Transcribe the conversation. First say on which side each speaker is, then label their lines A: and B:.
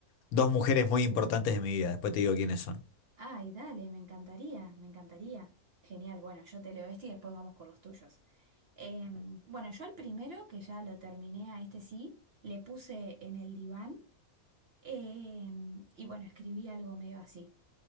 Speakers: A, on the left; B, on the right.
A: dos mujeres muy importantes de mi vida, después te digo quiénes son.
B: ay, dale, me encantaría, me encantaría. Genial, bueno, yo te leo este y después vamos con los tuyos. Eh, bueno, yo el primero, que ya lo terminé a este sí, le puse en el diván eh, y bueno, escribí algo medio así.